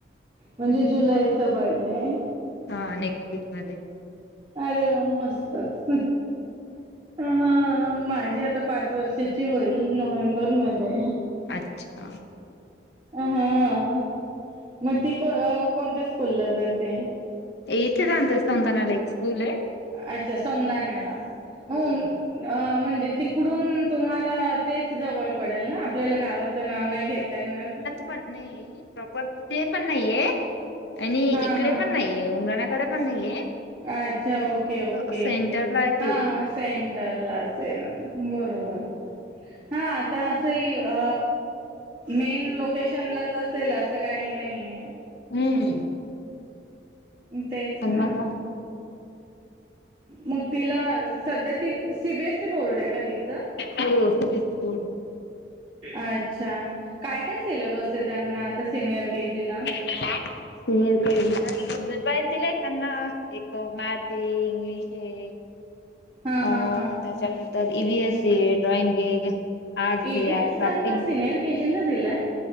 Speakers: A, on the right; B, on the left.
A: म्हणजे
B: हम्म
A: जुलईचा बर्डे आहे.
B: हा नेक्स्ट वीकमध्येध्ये
A: अरे वा मस्तच. हा माझी आता पाच वर्षाची होईल नोव्हेंबर मध्ये
B: अच्छा!
A: हा मग ती को कोणत्या स्कूल ला जाते.
B: इथे जाचं समतानाला एक स्कूल आहे.
A: अच्छा सौंदाण्याला
B: हो
A: अ म्हणजे तिकडून तुम्हाला तेच जवळ पडेल ना आपल्याला गावाचं नाव नाही घेता येणार
B: <unintelligible> पर तथे पण नाहीये आणि
A: हा
B: इकडे
A: हा
B: पण
A: हा
B: नाहीये उमराण्याकडे पण नाहीये
A: अच्छा ओके ओके
B: असं सेंटरला आहे ते
A: हा सेंटर ला असेल बरोबर
B: हम्म
A: हा आता असंही अ मेन लोकेशन लाच असेल असं काही नाहीये.
B: हम्म
A: तेच ना,
B: मग
A: मग तिला सध्या, त C, B, S, E board आहे का तिचं?
B: हो सीबीएससी बोर्ड
A: अच्छा,, काय काय सिलॅबस आहे त्यांना, आता सिनियर के जी ला?
B: ह,. सिनियर केजीला खूप दर प्राईज दिलेय त्यांना एक मॅथ ए, इंग्लिश ए
A: हां
B: आ
A: हां हां
B: त्याच्यानंतर ई व्ही एस आहे ड्रॉइंग आहे आर्ट्स
A: ए
B: आहे
A: व्हि एस
B: क्राफ्टिंग
A: त्यांना सिनियर के जीला दिलाय.?